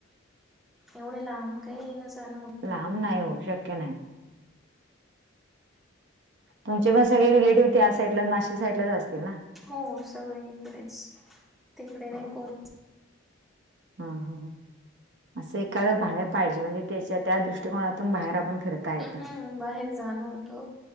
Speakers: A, in the centre; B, on the right (about 55°).
A: एवढे लांब काही येन जाण होत
B: लांब नाही हो शक्य नाही. तुमचे पण सगळे रिलेटिव्ह त्या साईडला नाशिक साईडलाच असतील ना.
A: हो सगळ इकडेच तिकडे नाही कोण
B: ह ह असं एखादं बाहेर पाहिजे म्हणजे त्याच्या त्या दृष्टिकोनातून बाहेर आपण फिरत. काय
A: हम्म
B: त
A: बाहेर जाणं होतं